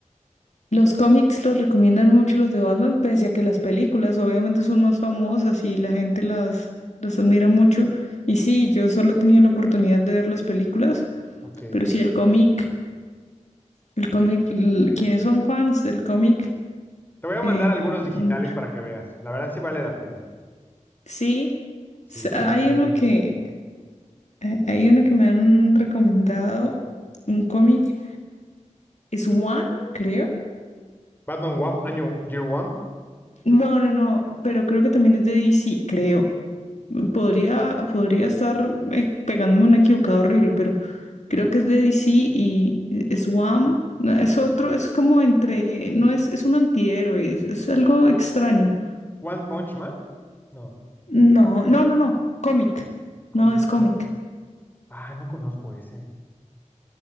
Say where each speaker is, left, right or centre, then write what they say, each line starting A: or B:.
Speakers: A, on the left (about 65°); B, on the left (about 15°).
A: Los cómics los recomiendan mucho los de Batman, pese a que las películas obviamente son más famosas y la gente las, las admira mucho. Y sí, yo solo he tenido la oportunidad de ver las películas,
B: Ok.
A: pero sí, el cómic, el cómic, l- quienes son fans del cómic,
B: Te voy a
A: eh,
B: mandar algunos
A: gusta
B: digitales
A: mucho.
B: para que veas. La verdad sí vale la pena.
A: Sí,
B: Sí,
A: s-
B: sí,
A: hay
B: definitivamente.
A: uno que, eh, hay uno que me han recomendado, un cómic, es One, creo.
B: Batman One, año Year One.
A: No, no, no, pero creo que también es de DC, creo. Podría, podría estar eh, pegándome un equivocado horrible, pero creo que es de DC y es Wham. no, Es otro, es como entre, no es, es un antihéroe, es, es algo extraño.
B: One Punch Man. No,
A: No, no, no, no, cómic.
B: cómic,
A: No, es
B: cómic.
A: cómic.
B: Ah, no conozco ese.